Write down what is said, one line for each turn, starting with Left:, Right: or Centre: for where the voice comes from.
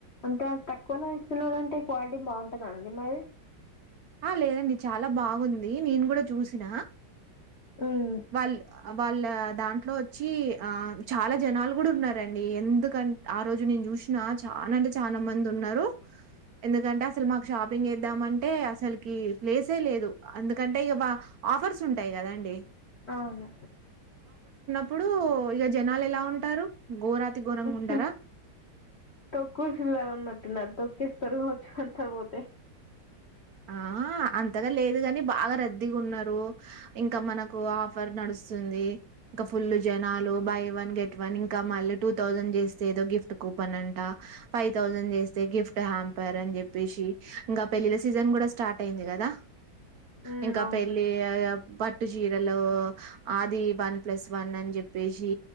Left: అంత తక్కువలో ఇస్తున్నారంటే క్వాలిటీ బావుంటదాండి మరి
Right: ఆ లేదండి చాలా బాగుంది నేను కూడా చూసిన
Left: ఉమ్
Right: వాళ్ వాళ్ళ దాంట్లో వచ్చి ఆ చాలా జనాలు కూడా ఉన్నారండి ఎందుకంట ఆ రోజు నుం జుషీనా చాలా అంటే చాలా మంది ఉన్నారు. ఎందుకంటే అసలు మాకు షాపింగ్ చేద్దామంటే అసలుకి ప్లేసే లేదు. ఎందుకంటే ఇగ వ ఆఫర్స్ ఉంటాయి కదా అండి.
Left: అవును
Right: ఇప్పుడు ఇగ జనాలు ఎలా ఉంటారు? ఘోరాతి ఘోరంగా
Left: ఉహ్
Right: ఉండరా
Left: తొక్కుసల ఉన్నాటున్నారు. తొక్కేస్తారు కావచ్చు అంత పోతే
Right: ఆ అంతగా లేదు గాని బాగా రద్దీగా ఉన్నారు. ఇంకా మనకు ఆఫర్ నడుస్ సుంది ఇంకా ఫుల్ జనాలు బై వన్ గెట్ వన్ ఇంకా మళ్ళీ టూ థౌజండ్ చేస్తే ఏదో గిఫ్ట్ కూపన్ అంటా ఫైవ్ తౌసండ్ చేస్తే గిఫ్ట్ హ్యాంపర్ అని జెప్పేసి ఇంకా పెళ్లిలా సీజ్ సీజన్ కూడా స్టార్ట్ అయింది కదా
Left: ఉమ్
Right: ఇంకా
Left: అవునండి
Right: పెళ్లి అ అ పా చీరలో ఆది వన్ ప్లస్ వన్ అని చెప్పేసి